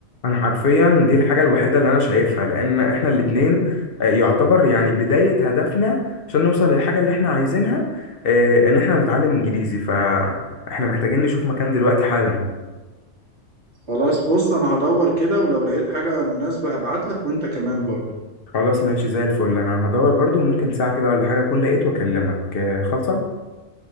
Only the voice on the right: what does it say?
خلاص بص انا هدور كده ولو لقيت حاجه مناسبه هبعت لك وانت كمان برضو